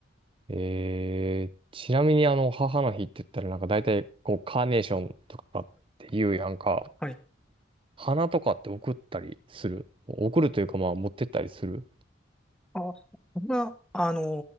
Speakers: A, on the right (about 25°); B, in the centre.
A: えー、ちなみにあの、母の日って言ったらなんか大体、こう、カーネーションとかっていうやんか、
B: はい。
A: 花とかって送ったりする。送るというかまあ、持ってったりする。
B: あ、そんな、あの